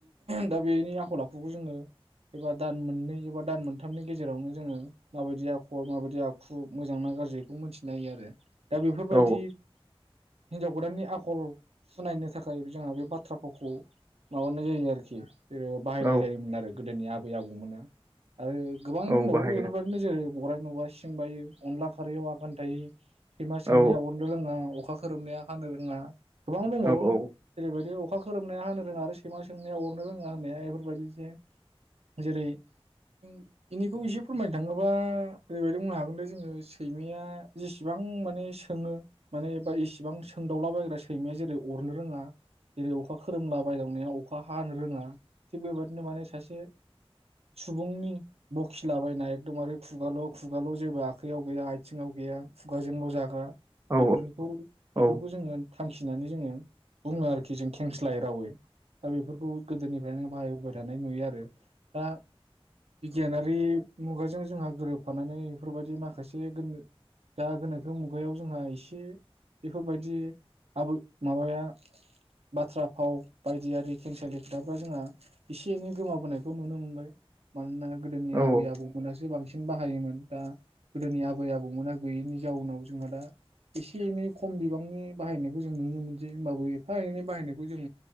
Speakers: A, on the right (about 85°); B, on the right (about 30°).
A: दा बेनि आखल आखुखौ जोङो। एबा दान मोननै एबा दान मोनथामनि गेजेरावनो जोङो माबायदि आखल माबायदि आखु मोजांना गाज्रिखौ बेखौ मोनथिनो हायो आरो। दा बेफोरबायदि‌
B: औ
A: हिनजाव गोदाननि आखल सुनायनो थाखाय जोंहा बे बाथ्राफावखौ माबानाय जायो आरोखि। बि बाहायनाय
B: औ
A: जायोमोन आरो। गोदोनि आबै आबौमोनहा। आरो गोबां
B: औ
A: दंबावो
B: बाहायो
A: बेफोर बायदिनो जेरै गराइ नुबा सिं बायो अनला खारैयाव आगान थायो। सैमा सोंनाया
B: औ
A: अरनो रोङा अखा खोरोमनाया हानो रोङा गोबां दंबावो
B: औ औ
A: जेरैबायदि अखा खोरोमनाया होनो रोङा आरो सैमा सोंनाया अरनो रोङा होना बेफोरबायदि जे जेरै जों बेनिखौ एसे फोरमायनो थाङोबा ओरैबायदि बुंनो हागौ बेखौनो जोङो सैमाया जेसेबां माने सोङो माने बा इसेबां सोंदावलाबायग्रा सैमाया जेरै अरनो रोङा जेरै अखा खोरोमला बायदावनाया अखा हानो रोङा थिग बेबादिनो माने सासे सुबुंनि बखिलाबायना एखदमबारे खुगाल' खुगाल' जेबो आखाइयाव गैया आ आथिङाव गैया खुगाजोंल' जाग्रा
B: औ
A: बेफोरखौ
B: औ
A: बेफोरखौ जोङो थांखिनानै जोङो बुङो आरोखि खि जों खेंस्लायै रावै दा बेफोरखौ गोदोनिफ्रायनो बाहायबोबाय थानाय नुयो आरो दा बिगियानारि मुगाजों जोंहा गोरोबफानानै बेफोरबायदि माखासे गोनो दा गोनोखो मुगायाव जोंहा एसे बेफोरबायदि आ माबाया बाथ्रा फाव बायदियारि खेंसालि खोथाफोरा जोंहा एसे एनै गोमाबोनाय खौ नुनो मोनबाय मानोना गोदोनि
B: औ
A: आबै आबौमोनासो बांसिन बांसिन बाहायोमोन, दा गोदोनि आबै आबौमोना गैयैनि जाउनाव जोंहा दा, एसे एनै खम बिबांनि बाहायनायखौ जों नुनो मोन मोनसै जे होमबाबो एफा एनै बाहायनायखौ जों